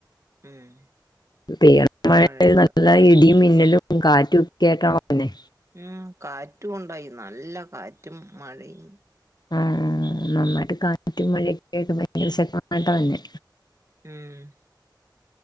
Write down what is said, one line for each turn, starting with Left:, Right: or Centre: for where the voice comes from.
Right: ഉം
Left: പെയത മഴ
Right: മഴയുണ്ട്
Left: നല്ല ഇടിയും മിന്നലും കാറ്റുംക്കട്ടന്നെ
Right: ഉം കാറ്റും ഉണ്ടായി നല്ല കാറ്റും മഴയും
Left: ആഹ് നന്നായിട്ട് കാറ്റും മഴിയൊക്കെ ഭയങ്കരം തന്നെ
Right: ഉം